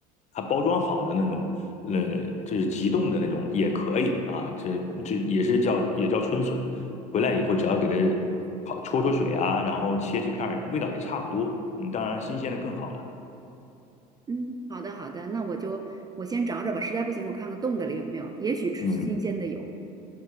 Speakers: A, on the left; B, on the right.
A: 它包装好的那种，呃，就是急冻的那种也可以啊。这这也是叫也叫春笋，回来以后只要给它好焯焯水啊，然后切切片儿，味道也差不多。嗯，当然新鲜的更好了。
B: 嗯，好的好的，那我就我先找找吧。实在不行，我看看冻的里有没有，也许吃新鲜的有。
A: 嗯。